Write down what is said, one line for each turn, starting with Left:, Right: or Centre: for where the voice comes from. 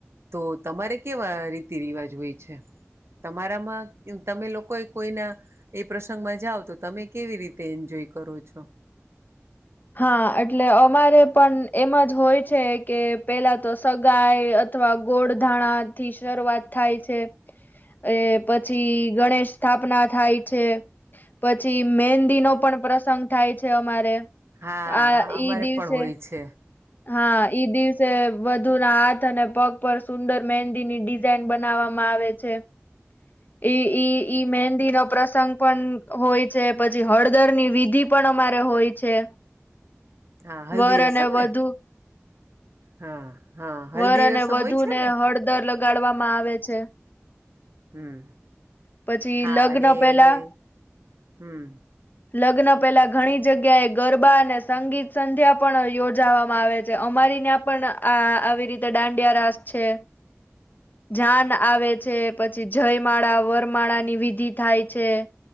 Right: તો તમારે કેવા રીતિ રિવાજ હોય છે. તમારામાં તમે લોકો એ કોઈના એ પ્રસંગમાં જાઓ તો તમે કેવી રીતે એન્જોય કરો છો?
Left: હા એટલે અમારે પણ એમ જ હોય છે કે પેલા તો સગાઈ અથવા ગોળ ધાણા થી શરૂઆત થાય છે. એ પછી ગણેશ સ્થાપના થાય છે પછી મેહંદી ન પણ પણ પ્રસંગ થાય છે અમારે
Right: હા
Left: આ
Right: હા અમારે
Left: ઈ દિવસે
Right: પણ હોય છે.
Left: હા ઈ દિવસે વધુ ના હાથ અને પગ પર સુંદર મહેંદીની ડિઝાઇન બનાવવામાં આવે છે. <unintelligible> મેહંદી ન <inaudible> સંગ પણ હોય છે પછી હળદરની વિધિ પણ અમારે હોય છે.
Right: હા હલ્દી
Left: વર અને
Right: રસમ
Left: વધુ
Right: ને હા
Left: <unintelligible>
Right: હા
Left: વર
Right: હલ્દી
Left: અને
Right: રસમ
Left: વધુ
Right: હોય છે
Left: ને હળદર લગાડવામાં આવે છે.
Right: હું <unintelligible>
Left: પછી લગ્ન પેલા
Right: <inaudible>
Left: લગ્ન પહેલા ઘણી જગ્યાએ ગરબા અને સંગીત સંધ્યા પણ યોજાવામાં આવે છે અમારા મારીને પણ આ આવી રીતે દાંડિયા રાસ છે.
Right: <inaudible>
Left: જાન આવે છે પછી જયમાળા વર માળાની વિધિ થાય છે